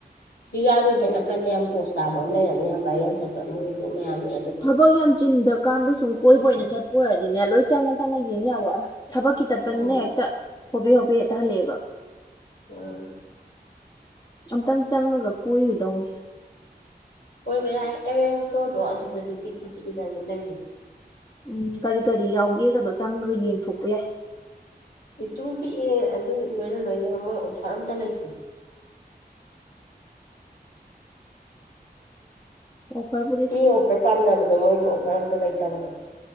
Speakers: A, on the left; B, on the left.
A: ꯂꯤꯛꯂꯥꯗꯨꯒꯤ ꯍꯦꯛꯅꯀꯟꯗ ꯌꯥꯝ ꯄꯣꯁ ꯇꯥꯕ ꯑꯃ ꯂꯩꯔꯝꯅꯤ ꯌꯥꯝ ꯕꯥꯏꯔꯦꯡ ꯆꯠꯄ ꯑꯃ ꯍꯧꯖꯤꯛ ꯃꯌꯥꯝꯅ
B: ꯊꯕꯛ ꯌꯥꯝ ꯆꯤꯟꯗ꯭ꯔꯀꯥꯟꯗ ꯁꯨꯝ ꯀꯣꯏꯕ ꯑꯣꯏꯅ ꯆꯠꯄ ꯑꯣꯏꯔꯗꯤꯅꯦ ꯂꯣꯏ ꯆꯪꯉ ꯆꯪꯉ ꯌꯦꯡ ꯌꯥꯕ꯫ ꯊꯕꯛꯀꯤ ꯆꯠꯄꯅꯤꯅ
A: ꯎꯝ
B: ꯍꯦꯛꯇ ꯍꯣꯕꯦ ꯍꯣꯕꯦ ꯍꯦꯛꯇ ꯍꯜꯂꯛꯑꯦꯕ꯫
A: ꯎꯝ
B: ꯑꯝꯇꯪ ꯆꯪꯉꯒ ꯀꯣꯏꯔꯨꯗꯧꯅꯤ꯫
A: ꯑꯣꯏꯕ ꯌꯥ ꯑꯦꯝ ꯏꯁꯇꯣꯔꯗꯣ ꯑꯗꯨꯗꯗꯤ ꯄꯤꯛꯇꯤ ꯄꯤꯛꯏꯗꯅ ꯑꯗꯨꯗ ꯂꯩꯕꯅꯦ꯫
B: ꯎꯝ ꯀꯔꯤ ꯀꯔꯤ ꯌꯥꯎꯒꯦꯒꯗꯣ ꯆꯪꯉꯒ ꯌꯦꯡꯊꯣꯛꯄ ꯌꯥꯏ꯫
A: ꯄꯤꯇ꯭ꯔꯨ ꯄꯤꯛꯑꯦ ꯑꯗꯨ ꯂꯣꯏꯅ ꯂꯣꯏꯅꯅ ꯃꯣꯏ ꯑꯣꯐꯔ ꯑꯝꯇ ꯂꯩꯇꯦ
B: ꯑꯣꯐꯔꯕꯨ
A: ꯃꯤ ꯑꯣꯐꯔ ꯄꯥꯝꯅꯕꯗꯣ ꯃꯣꯏꯗ ꯑꯣꯐꯔ ꯑꯝꯇ ꯂꯩꯇꯕꯅꯦ